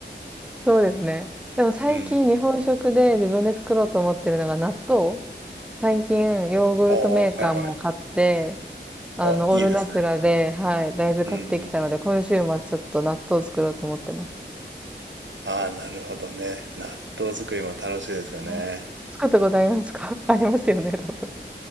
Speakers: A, in the centre; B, on the right (about 80°).
A: そうですね。でも最近日本食で自分で作ろうと思ってるのが納豆。
B: うん。
A: 最近ヨーグルトメーカーも買って、
B: ああ、はいはい。
A: あの、
B: あ、
A: オールナチュラで、
B: いいですね。
A: はい、大豆買ってきたので、
B: うんうん。
A: 今週末ちょっと納豆作ろうと思ってます。
B: ああ、なるほどね。納豆作りも楽しいですよね。
A: うん作ったことありますか <laughs> ありますよね、多分。